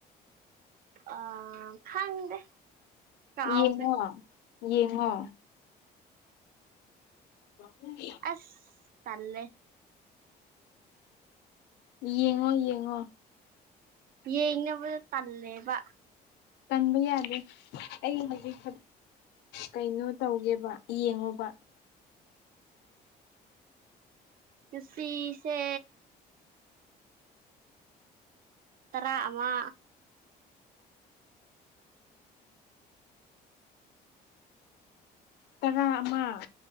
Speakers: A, on the right; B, on the left.
A: ꯑ ꯈꯪꯗꯦ ꯀꯥꯎꯈ꯭ꯔꯦ
B: ꯌꯦꯡꯉꯣ ꯌꯦꯡꯉꯣ ꯀꯊ
A: ꯑꯁ ꯇꯜꯦ
B: ꯌꯦꯡꯉꯣ ꯌꯦꯡꯉꯣ
A: ꯌꯦꯡꯅꯕꯗ ꯇꯜꯂꯦꯕ
B: ꯀꯟꯕ ꯌꯥꯗꯦ ꯑꯩ ꯍꯧꯖꯤꯛ ꯀꯩꯅꯣ ꯇꯧꯒꯦꯕ ꯌꯦꯡꯉꯣꯕ
A: ꯄꯨꯟꯁꯤꯁꯦ ꯇꯔꯥ ꯑꯃ
B: ꯇꯔꯥ ꯑꯃ